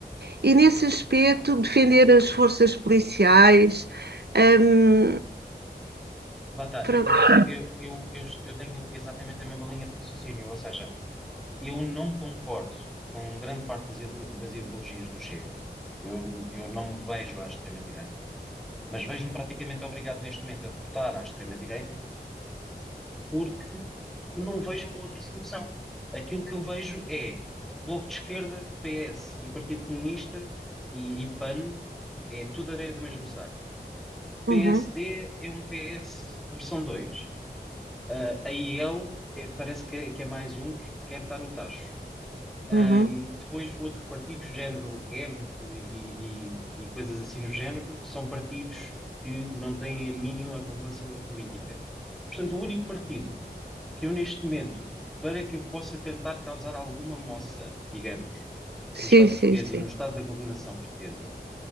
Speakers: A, on the right; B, in the centre.
A: e nesse aspecto, defender as forças policiais, hum,
B: Lá está,
A: pronto,
B: eu, eu, perce- eu, eu, eu, eu tenho exatamente a mesma linha de raciocínio, ou seja, eu não concordo com grande parte das, ide- das ideologias do Chega, eu, eu não me vejo à extrema-direita, mas vejo-me praticamente obrigado neste momento a votar à extrema-direita porque não vejo uma outra solução. Aquilo que eu vejo é Bloco de Esquerda, PS e Partido Comunista e, e PAN é tudo areia do mesmo saco.
A: Uhum,
B: PSD é um PS versão 2. Ah, a IL é- parece que, é que é mais um que quer estar no tacho. Um,
A: uhum.
B: depois, outros partidos, género Ergt e, e- e coisas assim do género, são partidos que não têm a mínima relevância da política. Portanto, o único partido que eu, neste momento, para que eu possa tentar causar alguma moça, digamos,
A: Sim,
B: no Estado
A: sim,
B: português
A: sim,
B: e no Estado da governação portuguesa,